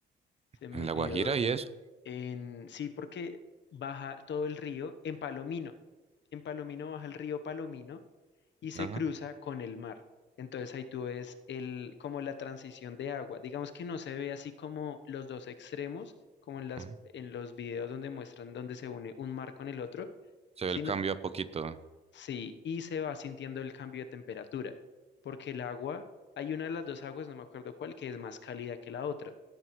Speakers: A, on the left; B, on the right.
A: se me
B: En
A: olvidó.
B: La Guajira y eso.
A: En, sí, porque baja todo el río en Palomino. En Palomino baja el río Palomino y se
B: Ajá,
A: cruza con el mar. Entonces ahí tú ves el, como la transición de agua. Digamos que no se ve así como los dos extremos, como en las,
B: ajá.
A: en los videos donde muestran donde se une un mar con el otro,
B: Se ve
A: sino,
B: el cambio a poquito.
A: sí, y se va sintiendo el cambio de temperatura, porque el agua, hay una de las dos aguas, no me acuerdo cuál, que es más cálida que la otra.